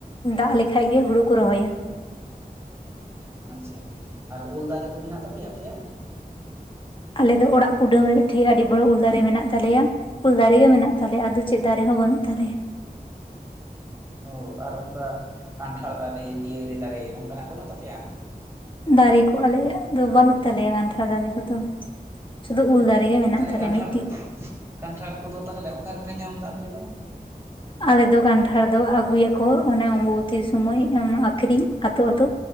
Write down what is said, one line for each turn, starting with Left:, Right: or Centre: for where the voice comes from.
Left: ᱫᱟᱜ ᱞᱮᱠᱷᱟᱡ ᱜᱮ ᱦᱩᱲᱩ, ᱠᱚ ᱨᱚᱦᱚᱭᱟ᱾
Right: ᱟᱪᱪᱷᱟ ᱟᱨ ᱩᱞ ᱫᱟᱨᱮ ᱠᱚ ᱢᱮᱱᱟᱜ ᱛᱟᱯᱮᱭᱟ ᱟᱯᱮᱭᱟᱜ,
Left: ᱟᱞᱮ ᱫᱚ ᱚᱲᱟᱜ ᱠᱩᱰᱟᱹᱢ ᱨᱮ ᱢᱤᱫᱴᱮᱱ ᱟᱹᱰᱤ ᱵᱚᱲᱚ ᱩᱞ ᱫᱟᱨᱮ ᱢᱮᱱᱟᱜ ᱛᱟᱞᱮᱭᱟ ᱩᱞ ᱫᱟᱨᱮ ᱜᱮ ᱢᱮᱱᱟᱜ ᱛᱟᱞᱮᱭᱟ ᱟᱫᱚ ᱪᱮᱫ ᱫᱟᱨᱮ ᱦᱚᱸ ᱵᱟᱹᱱᱩᱜ ᱛᱟᱞᱮᱭᱟ,
Right: ᱚ ᱟᱨ ᱚᱱᱠᱟ ᱠᱟᱱᱴᱷᱟᱲ ᱫᱟᱨᱮ ᱯᱤᱭᱟᱹᱨᱤ ᱫᱟᱨᱮ ᱚᱱᱠᱟᱱᱟᱜ ᱵᱟᱹᱱᱩᱜ ᱛᱟᱯᱮᱭᱟ,
Left: ᱫᱟᱨᱮ ᱠᱚ ᱟᱞᱮᱭᱟᱜ ᱫᱚ ᱵᱟᱹᱱᱩᱜ ᱛᱟᱞᱮᱭᱟ ᱜᱟᱱᱴᱷᱟᱲ ᱫᱟᱨᱮ ᱠᱚᱫᱚ, ᱥᱩᱫᱩ ᱩᱞ ᱫᱟᱨ ᱨᱮ ᱜᱮ ᱢᱮᱱᱟᱜ,
Right: ᱛᱟᱦᱚᱞᱮ
Left: ᱛᱟᱞᱮᱭᱟ
Right: ᱠᱟᱱᱴᱷᱟᱲ
Left: ᱢᱤᱫᱴᱤᱡ
Right: ᱠᱟᱱᱴᱷᱟᱲ ᱠᱚᱫᱚ ᱛᱟᱦᱚᱞᱮ ᱚᱠᱟ ᱨᱮᱯᱮ ᱧᱟᱢᱫᱟ ᱟᱯᱮ ᱫᱚ,
Left: ᱟᱞᱮ ᱫᱚ ᱠᱟᱱᱴᱷᱟᱲ ᱫᱚ ᱟᱹᱜᱩᱭᱟᱠᱚ ᱚᱱᱮ ᱚᱢᱵᱚᱵᱩᱛᱤ ᱥᱳᱢᱚᱭ ᱟᱠᱷᱨᱤᱧ ᱟᱹᱛᱩ ᱟᱹᱛᱩ,